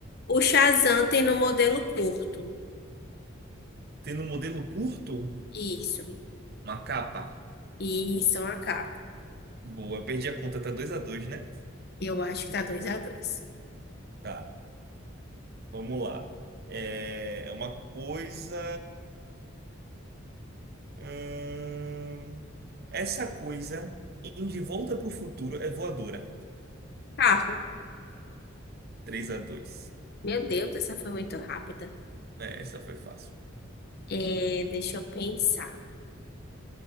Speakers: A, on the left; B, on the right.
A: O Shazam tem no modelo curto.
B: Tendo um modelo curto,
A: Isso.
B: uma capa.
A: Isso, uma capa.
B: Boa, perdi a conta, tá 2 a 2, né?
A: Eu acho que tá dois a dois.
B: Tá, vamos lá. É é uma coisa. ahn, essa coisa em De Volta para o Futuro é voadora.
A: Carro.
B: 3 a 2.
A: Meu Deus, essa foi muito rápida.
B: É, essa foi fácil.
A: É, deixa eu pensar.